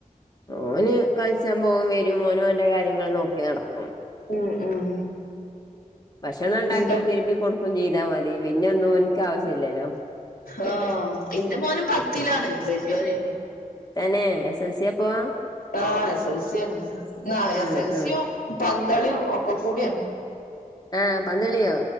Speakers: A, on the left; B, on the left.
A: ഓന് കളിച്ചാ പോകും വരും മോനും ഓന്റ കാര്യങ്ങള് നോക്കി നടക്കും
B: ഉം ഉം
A: ഭക്ഷണം ഇണ്ടാക്കലും
B: ഇന്റെ
A: തിരുമ്പി കൊട് ചീതാ മതി പിന്നെ ഒന്നും ഓൻക്ക് ആവശ്യല്ലലൊ
B: ആഹ് ഇന്റെ മോനും പത്തിലാണ് വല്യോന്
A: തന്നെ എസ് എൽ സി അപ്പൊ
B: ആഹ് എസ് എൽസി ആണ് ആഹ് എസൽസ്യും
A: ഉം ഉം
B: പന്തളി ഒക്കക്കൂടിയാണ്
A: ആഹ് പന്തളിയൊ